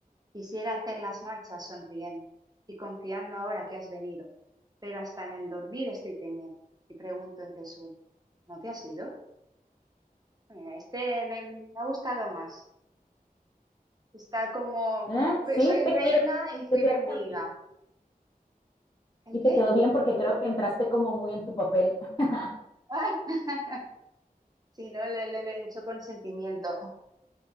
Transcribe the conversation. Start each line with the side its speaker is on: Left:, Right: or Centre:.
Right: Quisiera hacer las marchas sonriendo y confiando ahora que has venido, pero hasta en el dormir estoy temiendo y pregunto en te sueño, ¿no te has ido? Mira, este le- me ha gustado más. Está como,
Left: ¿Eh?
Right: como fui-
Left: Sí,
Right: soy
Left: te quedó,
Right: reina y fui
Left: te quedó
Right: mendiga.
Left: muy bien.
Right: ¿El
Left: Y
Right: qué?
Left: te quedó bien porque creo que entraste como muy en tu papel. <laughs>
Right: Ay, <laughs> sí, no, le, le, le, le echo consentimiento.